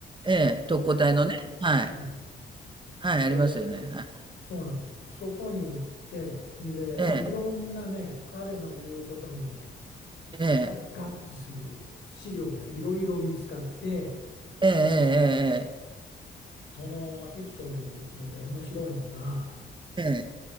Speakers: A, on the right; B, on the left.
A: えええ、特攻隊のね、
B: で、
A: はい。
B: うん、
A: はい、
B: で、
A: ありますよね。はい。
B: そうなんです。そこに行って、んで、
A: ええ、
B: まあ、いろんなね、彼の言うことにね、
A: ええ、
B: あ合致する資料がいろいろ見つかって、
A: ええ
B: そのエピソードで面白いのが、
A: え